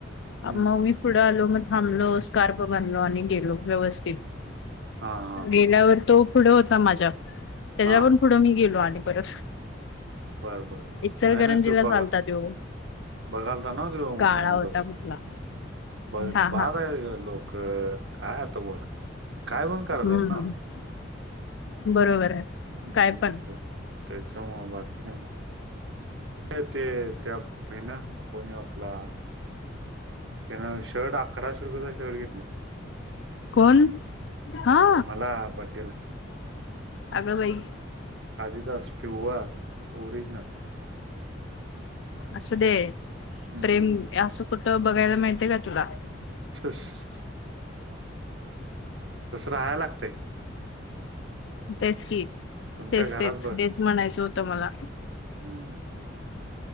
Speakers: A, on the right; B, on the left.
A: हं.
B: मग मी पुढं आलो मग थांबलो स्कार्प बनलो आणि गेलो व्यवस्थित.
A: हां, हां,
B: गेल्यावर
A: हां, हां.
B: तो पुढे होता माझ्या त्याच्या पण
A: हां.
B: पुढं मी गेलो आणि परत
A: बरं बर बर
B: इचलकरंजीला
A: नाही नाही तू
B: चालता
A: बघा.
B: त्यो
A: बघालता नवत
B: काळा
A: म्हणुमंडप
B: होता कुठला
A: बघ
B: हा
A: <unintelligible> बाार
B: हा
A: आहे लोक काय आता बोलाय काय पण करायलात
B: हम्म
A: ना.
B: बरोबर आहे.
A: हम्म
B: काय पण
A: त्याच्या बाकी नाही हे ते. ना <unintelligible> कोणी आपला. त्यानं शर्ट अकराशे रुपयाेचं शर्ट घेतले.
B: कोण हा
A: मला बिर्थडे ला
B: अगं बाई.
A: आदी दास प्युअर ओरिजनल.
B: असं दे
A: हम्म
B: प्रेम असं. त बघायला माहितीयं का. तुला
A: सस <inaudible> तसं राहायला लागते.
B: तेच कि
A: तुमच्या
B: तेचं
A: घरात बघ
B: म्हणायचं होतं मला.
A: हम्म